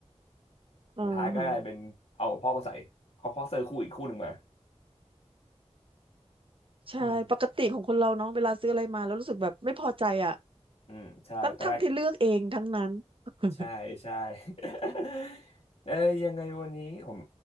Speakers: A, on the right (about 50°); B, on the left (about 65°).
A: อ่าฮะ
B: สุดท้ายก็กลายเป็นเอาของพ่อมาใส่เขาพ่อซื้อคู่อีกคู่หนึ่งมา
A: ใช่ปกติของคนเราเนาะเวลาซื้ออะไรมาแล้วรู้สึกแบบไม่พอใจอ่ะ
B: อืมอืมใช่ตอนแรก
A: ทั้งทั้งที่เลือกเองทั้งนั้น <laughs>
B: ใช่ใช่ <laughs> เอ้ยยังไงวันนี้ผม